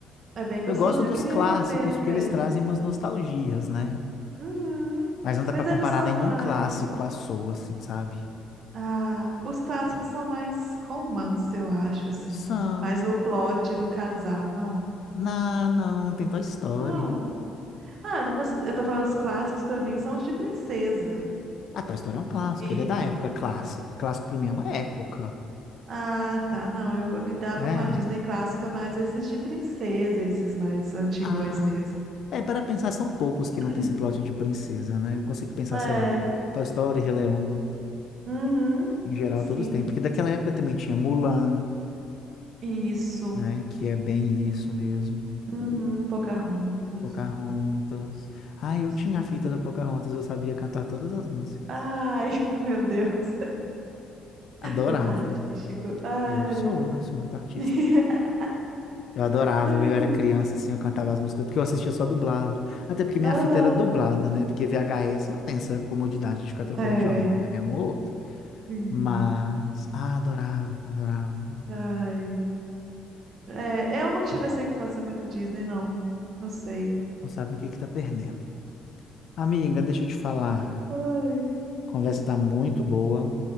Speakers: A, on the right (about 45°); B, on the left (about 45°).
A: É bem gostosinho.
B: Eu gosto dos
A: Eu queria
B: clássicos
A: rever até.
B: porque eles trazem umas nostalgias, né?
A: Uhum.
B: Mas não dá
A: Mas
B: pra comparar
A: eles são
B: nenhum
A: mais.
B: clássico à sua, assim, sabe?
A: Ah, os clássicos são mais romance, eu acho, assim.
B: São.
A: Mais no plot do casal, não?
B: Não, não, tem Toy Story.
A: Não. Ah, eu não considero. Eu tô falando os clássicos pra mim são os de princesa.
B: Ah, Toy Story é um clássico,
A: E.
B: ele é da época clássica. Clássico pra mim é uma época.
A: Ah, tá. Não, eu lidava
B: É.
A: com a Disney clássica, mas esses de princesa, esses mais antigões
B: Ah,
A: mesmo.
B: é, para pensar, são poucos que
A: <clears throat>
B: não tem esse plot de princesa, né? Eu consigo pensar,
A: É.
B: sei lá, Toy Story, Rei Leão,
A: Uhum.
B: em geral,
A: Sim.
B: todos têm. Porque daquela época também tinha Mulan,
A: Isso.
B: né? Que é bem isso mesmo.
A: Uhum. Pocahontas.
B: Pocahontas. Ah, eu
A: Sim,
B: tinha a fita
A: sim.
B: da Pocahontas, eu sabia cantar todas as músicas.
A: Ai, <laughs> meu Deus.
B: Adorava.
A: Muito artístico. Ai.
B: Eu sou, eu sou muito artista.
A: <laughs>
B: Eu adorava,
A: Ai.
B: eu era criança, assim, eu cantava as músicas, porque eu assistia só dublado. Até porque minha
A: Aham.
B: fita era dublada, né? Porque VHS não tem essa comodidade de ficar trocando
A: É.
B: idioma, né? É um ou outro.
A: Sim.
B: Mas, ah, adorava, adorava.
A: Ai. É, eu não tive essa infância muito Disney, não. Não sei.
B: Não sabe o que que tá perdendo. Amiga, deixa eu te falar.
A: Ai,
B: A conversa tá muito boa,